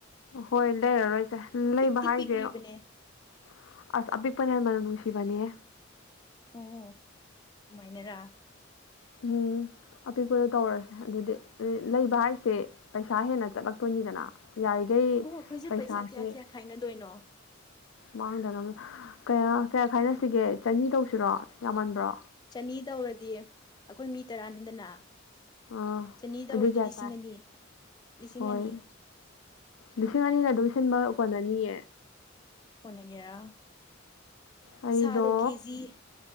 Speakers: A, on the left (about 80°); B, on the left (about 20°).
A: ꯍꯣꯏ ꯂꯩꯔꯔꯣꯏꯁꯦ
B: ꯄꯤꯛꯇꯤ
A: ꯂꯩꯕ ꯍꯥꯏꯁꯦ
B: ꯄꯤꯛꯔꯤꯕꯅꯦ
A: ꯑꯁ ꯑꯄꯤꯤꯛꯄꯅ ꯌꯥꯝꯟꯅ ꯃꯅ ꯅꯨꯡꯁꯤꯕꯅꯤꯦ
B: ꯑꯣꯃꯥꯏꯅꯔ
A: ꯎꯝ ꯑꯄꯤꯛꯄꯗ ꯇꯧꯔꯁꯦ ꯑꯗꯨꯗꯤ ꯂꯩꯕ ꯍꯥꯏꯁꯦ ꯄꯩꯁꯥ ꯍꯦꯟꯅ ꯆꯠꯂꯛꯇꯣꯏꯅꯤ ꯅꯤꯗꯅ ꯌꯥꯔꯤꯈꯩ
B: ꯑꯣ ꯑꯩꯈꯣꯏꯁꯦ
A: ꯄꯩꯁꯥꯁꯦ
B: ꯄꯩꯁꯥ ꯀꯌꯥ ꯀꯌꯥ ꯈꯥꯏꯅꯗꯣꯏꯅꯣ
A: ꯃꯥꯡꯗꯅ ꯀꯌꯥ ꯀꯌꯥ ꯈꯥꯏꯅꯁꯤꯒꯦ ꯆꯅꯤ ꯇꯧꯁꯤꯔꯣ ꯌꯥꯝꯃꯟꯕ꯭ꯔꯣ
B: ꯆꯅꯤ ꯇꯧꯔꯗꯤ ꯑꯩꯈꯣꯏ ꯃꯤ ꯇꯔꯥꯅꯤꯗꯅ
A: ꯑꯥ
B: ꯆꯅꯤ ꯇꯧꯔꯗꯤ
A: ꯑꯗꯨꯏ ꯀꯌꯥ
B: ꯂꯤꯁꯤꯡ
A: ꯇꯥꯏ
B: ꯑꯅꯤ ꯂꯤꯁꯤꯡ
A: ꯍꯣꯏ
B: ꯑꯅꯤ
A: ꯂꯤꯁꯤꯡ ꯑꯅꯤꯅ ꯑꯗꯨꯝ ꯁꯤꯟꯕ ꯀꯜ ꯑꯅꯤꯑ
B: ꯀꯅꯒꯦꯔ
A: ꯑꯩꯗꯣ
B: ꯁꯥꯗꯣ ꯀꯦꯖꯤ ꯅꯨ